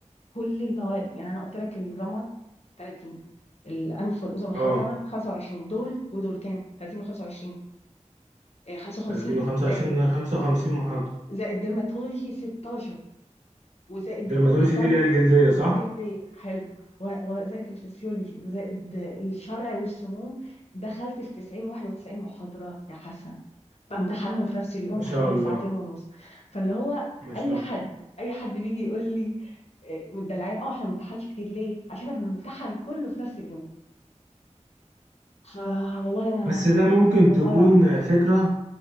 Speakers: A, on the left; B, on the right.
A: كل المواد يعني أنا قلت لك الرمد 30 الانف والاذن والحجره
B: اه
A: 25 دول ودول كام 30 و25 55
B: 30 و25
A: زائد
B: 55 محاضره
A: زائد ديرماتولوجي 16 وزائد
B: ديرماتولوجي
A: هت...
B: دي اللي هي الجلديه صح
A: جلديه حلو و- وزائد الفسيولوجي وزائد الشرع والسموم دخلت في 90 91 محاضره يا حسن بامتحنهم في نفس اليوم
B: ما
A: في
B: شاء
A: حوالي
B: الله
A: ساعتين ونص فاللي هو
B: ما شاء
A: اي حد
B: الله
A: اي حد بيجي يقول لي إيه، مدلعين اه احنا ما بنمتحنش كتير ليه عشان احنا بنمتحن كله في نفس اليوم فوالله انا
B: بس ده ممكن
A: انا
B: تكون
A: ضايعه
B: فكرة